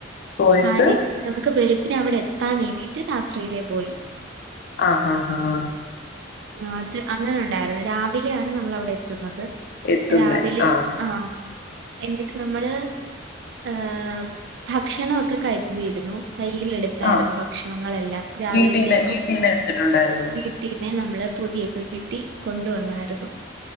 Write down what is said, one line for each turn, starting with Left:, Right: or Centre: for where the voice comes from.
Left: പോയിട്ട്
Right: കാര്യം നമുക്ക് വെ പ്പിനെ അവിടെ എത്താൻ വേണ്ടീട്ട് രാത്രിയിലെ പോയി
Left: ആഹ് ആഹ് ആഹ് ആഹ
Right: അത് അങ്ങനെ ഉണ്ടായിരുന്നു രാവിലെയാണ് നമ്മൾ അവിടെ എത്തുന്നത്
Left: എത്തുന്ന
Right: രാവിലെ
Left: ആഹ
Right: ആ. എന്നിട്ട് നമ്മള് ഹ ഭക്ഷണൊക്കെ കഴികുകയായിരുന്നു കയ്യില എടുത്തായിരുന്നു
Left: ആഹ്
Right: ഭക്ഷണങ്ങളെല്ലാം രാവിലത്തേക്കും
Left: വീട്ടീന്ന് വീട്ടീന്ന് എടുത്തിട്ടുണ്ടായിരുന്നോ
Right: വീട്ടിൽ നമ്മള് പൊതിയൊക്കെ കിട്ടി കൊണ്ടുവന്നായിരുന്നു